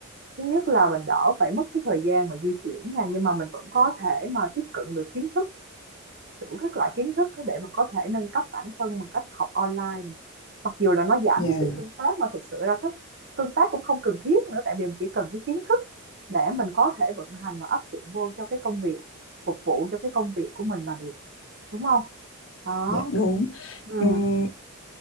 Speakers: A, on the right; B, on the left.
A: Thứ nhất là mình đỡ phải mất cái thời gian mà di chuyển này nhưng mà mình vẫn có thể mà tiếp cận được kiến thức đủ các loại kiến thức để mà có thể nâng cấp bản thân bằng cách học online Mặc dù là nó giảm
B: Dạ,
A: cái sự tương tác mà thực sự ra cái tương tác cũng không cần thiết nữa, tại vì mình chỉ cần cái kiến thức để mình có thể vận hành và áp dụng vô cho cái công việc, phục vụ cho cái công việc của mình là được, đúng không? Đó.
B: dạ đúng.
A: ừ,
B: Ừm,